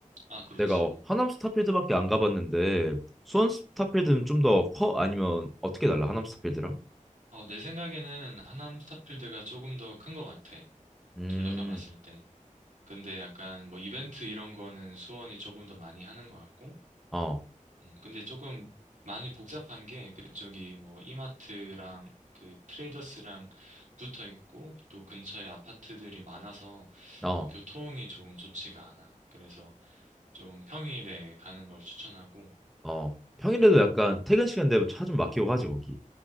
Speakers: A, on the right (about 70°); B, in the centre.
A: 아, 그렇지.
B: 내가 어, 하남 스타필드밖에 안 가봤는데 수원 스타필드는 좀 더 커? 아니면 어떻게 달라? 하남 스타필드랑?
A: 어, 내 생각에는 하남 스타필드가 조금 더 큰 것 같아.
B: 음.
A: 둘 다 가봤을 때. 근데 약간 뭐 이벤트 이런 거는 수원이 조금 더 많이 하는 것 같고.
B: 어.
A: 음, 근데 조금 많이 복잡한 게 그쪽이 뭐 이마트랑 그 트레이더스랑 붙어 있고 또 근처에 아파트들이 많아서
B: 어.
A: 그 교통이 조금 좋지가 않아. 그래서 좀 평일에 가는 걸 추천하고.
B: 어, 평일에도
A: 음.
B: 약간 퇴근 시간 되면 차 좀 막히고 하지, 거기.